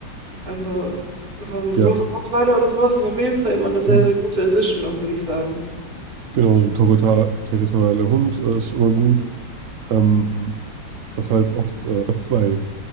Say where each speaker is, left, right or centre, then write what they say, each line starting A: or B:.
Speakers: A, on the right (about 50°); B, on the right (about 70°).
A: Also so ein
B: Ja,
A: großer Rottweiler oder sowas ist auf jeden Fall immer eine sehr,
B: mhm.
A: sehr gute Edition, auch würde ich sagen.
B: Genau, so ein territor- territorialer Hund äh, ist immer gut. Ähm, was halt oft äh, <laughs> bei,